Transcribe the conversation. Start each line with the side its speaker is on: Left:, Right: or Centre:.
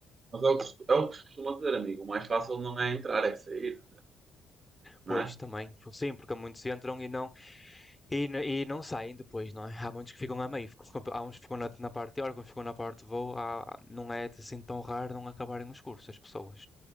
Right: Mas é o que, se- é o que se costuma dizer, amigo. O mais fácil não é entrar, é sair, não
Left: Pois
Right: é?
Left: também, sim, porque muitos entram e não, E, n- e não saem depois, não é? Há muitos que ficam a meio, ficam- ficam- há uns que ficam na, na parte teórica, uns que ficam na parte de voo, há- não é assim tão raro não acabarem os cursos, as pessoas.